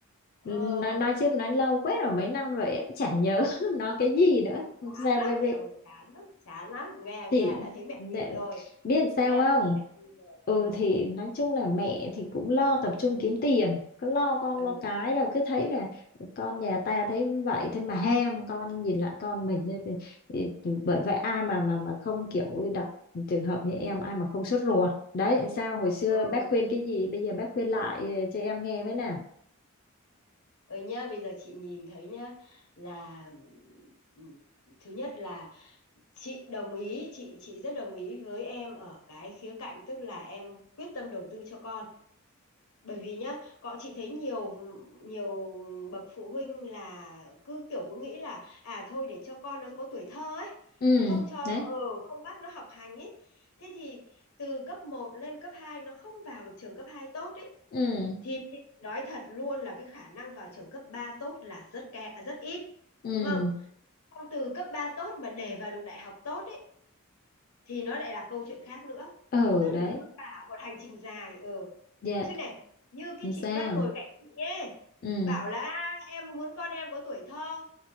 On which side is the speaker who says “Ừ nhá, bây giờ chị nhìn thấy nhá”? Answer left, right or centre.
Left